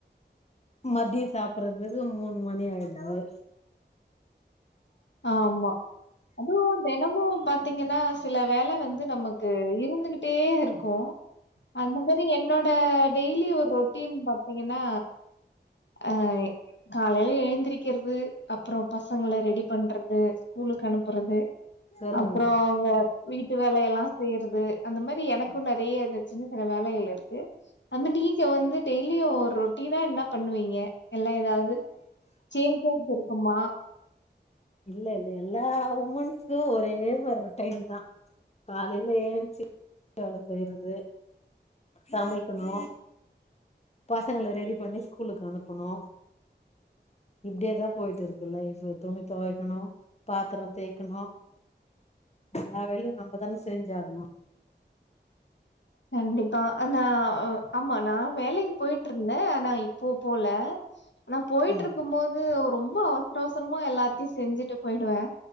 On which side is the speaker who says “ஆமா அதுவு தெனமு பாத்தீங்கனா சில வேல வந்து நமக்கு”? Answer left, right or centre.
Left